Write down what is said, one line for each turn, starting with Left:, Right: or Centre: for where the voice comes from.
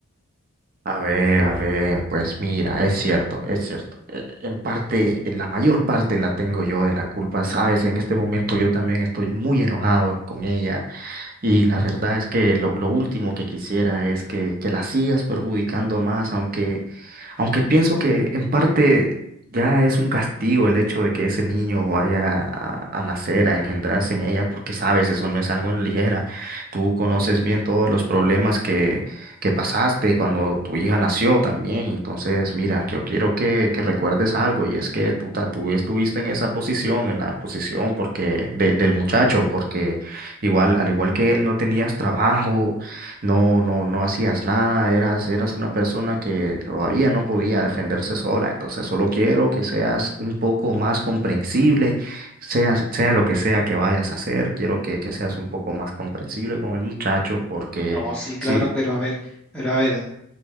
Right: A ver, a ver, pues mira, es cierto, es cierto. Eh, En parte, eh, la mayor parte la tengo yo de la culpa, ¿sabes? En este momento yo también estoy muy enojado con ella. Y la verdad es que lo, lo último que quisiera es que, que la sigas perjudicando más, aunque, aunque pienso que en parte ya es un castigo el hecho de que ese niño vaya a, a nacer, a engendrarse en ella, porque sabes, eso no es algo a la ligera. Tú conoces bien todos los problemas que, que pasaste cuando tu hija nació también. Entonces, mira, yo quiero que, que recuerdes algo, y es que tú, ta- tú estuviste en esa posición, en la posición porque, de- del muchacho, porque Igual, al igual que él, no tenías trabajo, no, no, no hacías nada, eras, eras una persona que todavía no podía defenderse sola. Entonces, solo quiero que seas un poco más comprensible, seas, sea lo que sea que vayas a hacer, quiero que, que seas un poco más comprensible con el muchacho, porque
Centre: No, sí, claro,
Right: sí.
Centre: pero a ver, pero a ver.